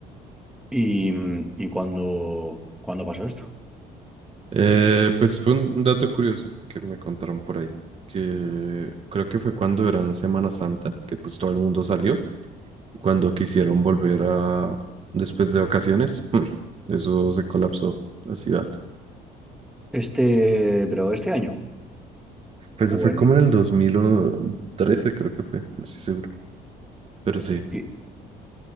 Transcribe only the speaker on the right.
Eh, pues fue un un dato curioso que me contaron por ahí, que creo que fue cuando eran Semana Santa, que pues todo el mundo salió, y cuando quisieron volver a después de vacaciones, <laughs> eso se colapsó la ciudad.
Pues
fue
como
en el 2013, creo que fue, no estoy seguro. Pero sí,